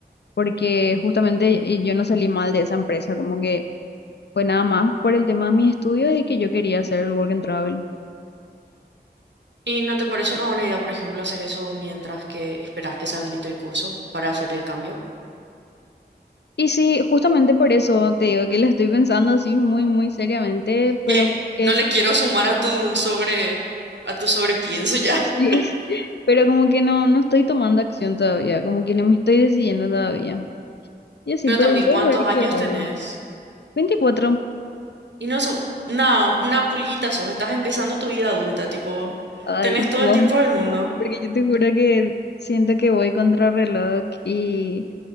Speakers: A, on the left; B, on the right.
A: porque justamente eh, yo no salí mal de esa empresa, como que fue nada más por el tema de mis estudios y que yo quería hacer el work and travel.
B: ¿Y no te parece una buena idea, por ejemplo, hacer eso mientras que esperas que se habilite el curso para hacer el cambio?
A: Y sí, justamente por eso te digo que lo estoy pensando así muy, muy seriamente, pero
B: Eh,
A: como que...
B: no le quiero sumar a tu sobre, a tu sobrepienso ya.
A: Sí,
B: <laughs>
A: <laughs> pero como que no, no estoy tomando acción todavía, como que no me estoy decidiendo todavía. Y así,
B: Pero
A: pero
B: también,
A: voy
B: ¿cuántos
A: a ver
B: años
A: qué hago.
B: tenés?
A: veinticuatro
B: Y no son, no, una pulguita sos, estás empezando tu vida adulta, tipo,
A: Ay,
B: tenés
A: si
B: todo
A: vos
B: el tiempo
A: me decís,
B: del mundo.
A: porque yo te juro que siento que voy contra reloj y